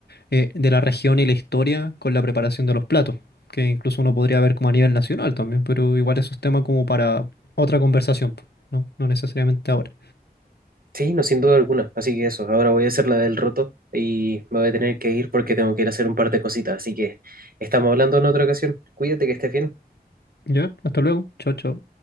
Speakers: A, on the left (about 80°); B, on the right (about 60°).
A: eh, de la región y la historia con la preparación de los platos, que incluso uno podría ver como a nivel nacional también, pero igual eso es tema como para otra conversación, po, ¿no? No necesariamente ahora.
B: Sí, no, sin duda alguna. Así que eso, ahora voy a hacer la del roto y me voy a tener que ir porque tengo que ir a hacer un par de cositas. Así que estamos hablando en otra ocasión. Cuídate que estés bien.
A: Ya, hasta luego. Chao, chao.